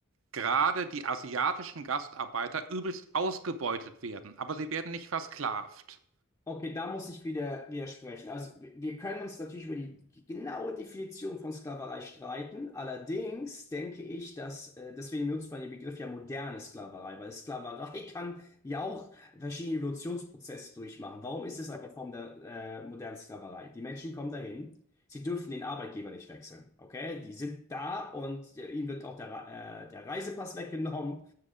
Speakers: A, on the right; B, on the left.
A: gerade die asiatischen Gastarbeiter übelst ausgebeutet werden, aber sie werden nicht versklavt.
B: Okay, da muss ich wieder widersprechen. Also wir wir können uns natürlich über die genaue Definition von Sklaverei streiten. Allerdings denke ich, dass, äh, deswegen benutzt man den Begriff ja moderne Sklaverei, weil Sklaverei <laughs> kann ja auch verschiedene Evolutionsprozesse durchmachen. Warum ist es eine Form der äh, modernen Sklaverei? Die Menschen kommen dahin, sie dürfen den Arbeitgeber nicht wechseln. Okay, die sind da und äh, ihnen wird auch der, Re- äh, der Reisepass weggenommen.